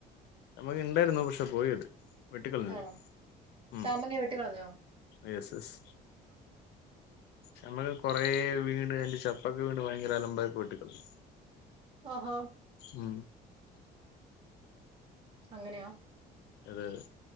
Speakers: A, on the left (about 80°); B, on the right (about 30°).
A: നമ്മക്ക് ഇണ്ടായിരുന്നു പക്ഷെ പോയത് വെട്ടിക്കളഞ്ഞത്
B: ആണോ
A: ഉം
B: ചാമങ്ങ വെട്ടി കളഞ്ഞോ
A: യെസ് യെസ് നമ്മക്ക് കൊറേ വീട് ചപ്പക്ക വീണ്ട് ഭയങ്കര അലമ്പായി പോട്ടിക്കളു
B: അഹാ
A: ഉം
B: അങ്ങനെയാ
A: അതെ അതെ